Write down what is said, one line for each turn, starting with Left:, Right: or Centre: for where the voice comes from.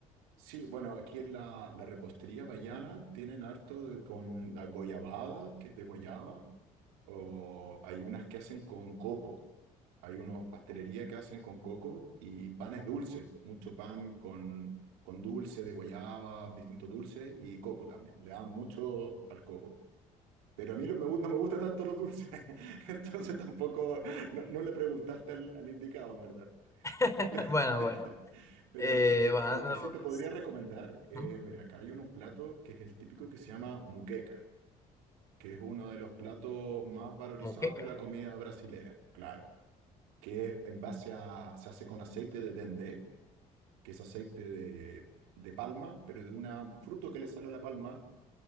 Right: Sí, bueno, aquí en la, la repostería vallana tienen harto de- con la goyabada, que es de guayaba, o hay unas que hacen con coco. Hay unos pastelería que hacen con coco y panes dulces, mucho pan con, con dulce de guayaba, distintos dulces y coco también. Le dan mucho al coco. Pero a mí lo- me gu- no me gusta tanto los dulces, <laughs> entonces tampoco, no, no le preguntaste al, al indicado, en verdad.
Left: <laughs>
Right: <laughs>
Left: Bueno, bueno.
Right: Pero
Left: Eh,
Right: lo que,
Left: bueno,
Right: lo
Left: no,
Right: que sí te podría
Left: pues,
Right: recomendar, eh,
Left: ¿hmm?
Right: mira, acá hay un plato que es el típico que se llama muqueca, que es uno de los platos más valorizados
Left: Moqueca.
Right: de la comida brasilera, claro, que es en base a, se hace con aceite de dendé, que es aceite de, de palma, pero de un fruto que le sale a la palma,